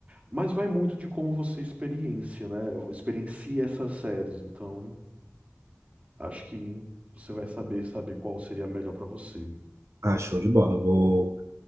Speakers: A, on the right (about 30°); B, on the right (about 80°).
A: Mas vai muito de como você experiencia, né? Experiencia essas séries, então acho que você vai saber saber qual seria a melhor pra você.
B: Ah, show de bola. Vou...